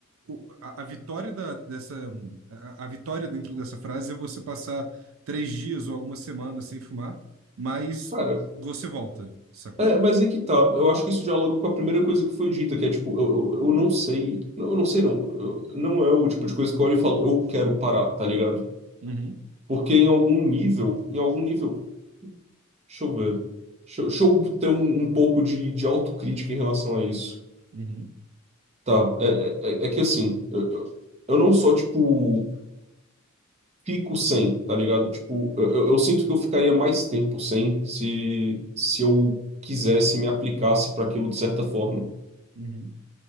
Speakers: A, on the right; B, on the right.
A: o- a, a vitória da, dessa, a, a vitória dentro dessa frase é você passar três dias ou algumas semanas sem fumar, mas
B: cara,
A: você volta, sacou?
B: É, mas aí que tá. Eu acho que isso dialoga com a primeira coisa que foi dita, que é tipo, eu, eu, eu não sei. não, Eu não sei, não. Eu- não é o tipo de coisa que eu olho e falo, eu quero parar, tá ligado?
A: Uhum,
B: Porque em algum nível, em algum nível, deixa eu ver. Deixa, eu deixa eu ter um, um pouco de, de autocrítica em relação a isso.
A: uhum.
B: Tá, é, é, é é que assim, eu, eu, eu não só, tipo, fico sem, tá ligado? Tipo, eu, eu eu sinto que eu ficaria mais tempo sem se, se eu quisesse e me aplicasse pra aquilo de certa forma.
A: Uhum,